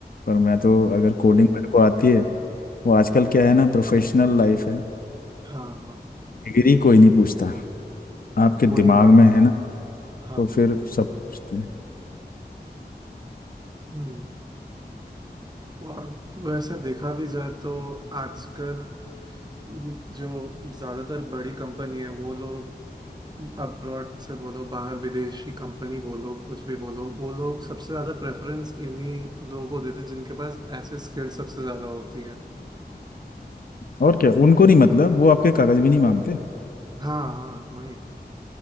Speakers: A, on the left (about 55°); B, on the right (about 25°).
A: पर मैं तो अगर कोडिंग मेरे को आती है वो आजकल क्या है ना प्रोफेशनल लाइफ है
B: हाँ हाँ
A: डिग्री कोई नहीं पूछता आपके
B: वही
A: दिमाग
B: बात
A: में
B: है
A: है ना
B: हाँ
A: तो फिर सब पूछते हैं
B: हम्म और वैसे देखा भी जाए तो आजकल जो ज्यादातर बड़ी कंपनी है वो लोग अब्रॉड से बोलो बाहर विदेशी कंपनी बोलो कुछ भी बोलो वो लोग सबसे ज्यादा प्रेफरेंस इन्हीं लोगों को देते हैं जिनके पास ऐसे स्किल्स सबसे ज्यादा होती हैं
A: और क्या उनको नहीं मतलब वो आपके कागज भी नहीं मांगते
B: हाँ हाँ वही